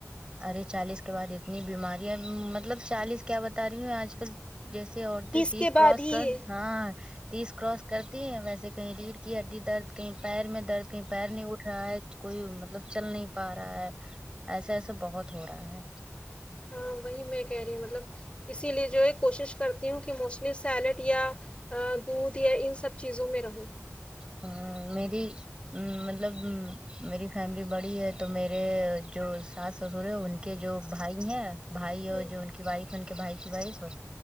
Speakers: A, on the right (about 20°); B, on the left (about 20°).
A: ارے چالیس کے بعد اتنی بیمارییاں مطلب چالیس کیا بتا رہی ہوں آج کل جیسے عورتیں تیس
B: کے بعد
A: کراس
B: ہی
A: کر
B: ہے
A: ہاں تیس کراس کرتی ہے ویسے کہیں ریڑھ کی ہڈی درد کہیں پیر میں درد کہیں پیر نہیں اٹھ رہا ہے کوئی مطلب چل نہیں پا رہا ہے ایسا ایسا بہت ہو رہا ہے
B: ہاں وہی میں کہہ رہی ہوں مطلب اسی لیے جو ہے کوشش کرتی ہوں کہ موسٹلی سیلڈ یا ا دودھ یا ان سب چیزوں میں رہوں
A: اں میری مطلب میری فیملی بڑی ہے تو میرے جو ساس سسور ہے ان کے جو بھائی ہیں بھائی اور
B: ہوں
A: جو ان کی وائف ہے ان کے بھائی کی وائف ہے